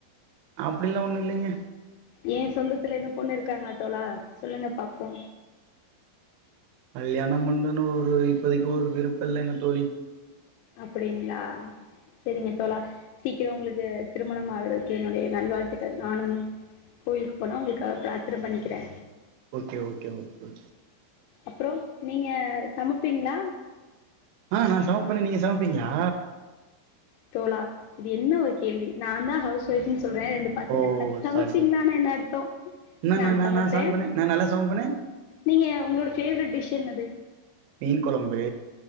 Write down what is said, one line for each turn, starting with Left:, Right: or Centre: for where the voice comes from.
Right: அப்படிலா ஒண்ணு இல்லைங்க
Left: ஏ சொந்தத்துல எது பொண்ணு இருக்காங்களா தோழா சொல்லுங்க பாப்போ
Right: கல்யானோ பண்ணனு ஒரு இப்போதைக்கு ஒரு விருப்போ இல்லைங்க தோழி
Left: அப்டிங்களா சேரிங்க தோழா சீக்கிரோ உங்களுக்கு திருமண ஆகுறதுக்கு என்னுடைய நல்வாழ்த்துக்கள் நானும் கோயிலுக்கு போனா உங்களுக்கா பிராத்தனை பண்ணிக்கிறே
Right: ஓகே ஓகே ஓகே
Left: அப்றோ நீங்க சமப்பீங்களா
Right: ஆ நா சமப்பனே நீங்க சமப்பீங்களா
Left: தோழா இது என்ன ஒரு கேள்வி நா தா ஹவுஸ் ஒய்ஃப்ன்னு சொல்றே ரெண்டு பசங்க
Right: ஓ
Left: இருக்கான் சமப்பீங்களானா
Right: சாரி சாரி
Left: என்ன அர்த்தோ
Right: என்ன
Left: நா சமப்பே
Right: சமைப்பனே நா நல்லா சமைப்பனே
Left: நீங்க உங்களோட பேவரெட் டிஷ் என்னது
Right: மீன் கொழம்பு